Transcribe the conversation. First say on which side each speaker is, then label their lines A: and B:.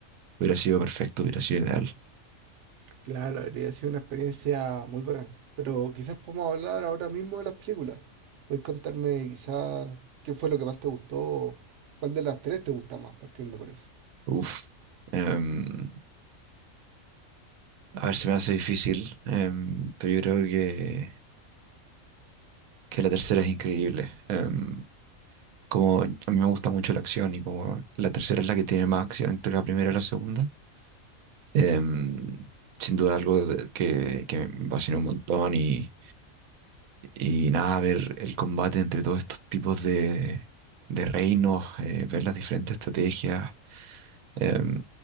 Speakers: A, on the right; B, on the right.
A: hubiera sido perfecto, hubiera sido ideal.
B: Claro, habría sido una experiencia muy bacán. Pero quizás podemos hablar ahora mismo de las películas. Puedes contarme quizás qué fue lo que más te gustó, cuál de las tres te gusta más, partiendo por eso.
A: Uf, em, a ver si me hace difícil, em, pero yo creo que, que la tercera es increíble. Em, como a mí me gusta mucho la acción y como la tercera es la que tiene más acción entre la primera y la segunda, em, sin duda algo de- que, que me fascinó un montón y, y nada, ver el combate entre todos estos tipos de, de reinos, eh, ver las diferentes estrategias. em,